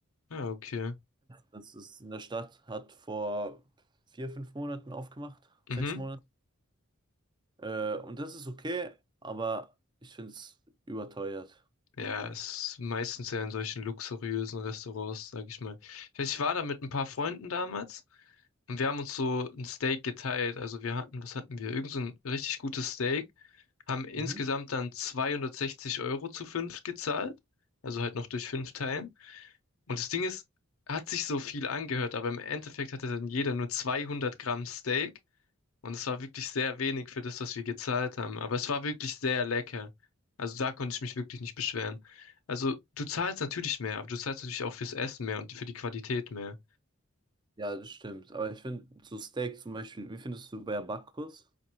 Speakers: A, on the left (about 80°); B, on the right (about 20°).
A: Ja, okay.
B: Das ist in der Stadt, hat vor vier, fünf Monaten aufgemacht, sechs
A: Mhm.
B: Monate Äh, und das ist okay, aber ich finde es überteuert.
A: Ja, ist meistens ja in solchen luxuriösen Restaurants, sag ich mal. Ich weiß, ich war da mit ein paar Freunden damals und wir haben uns so ein Steak geteilt. Also wir hatten, was hatten wir? Irgend so ein richtig gutes Steak. Haben insgesamt
B: mhm.
A: dann 260 Euro zu fünf gezahlt. Also halt noch durch fünf Teilen. Und das Ding ist, hat sich so viel angehört, aber im Endeffekt hatte dann jeder nur 200 Gramm Steak. Und es war wirklich sehr wenig für das, was wir gezahlt haben. Aber es war wirklich sehr lecker. Also da konnte ich mich wirklich nicht beschweren. Also du zahlst natürlich mehr, aber du zahlst natürlich auch fürs Essen mehr und für die Qualität mehr.
B: Ja, das stimmt. Aber ich finde so Steak zum Beispiel, wie findest du bei Bacchus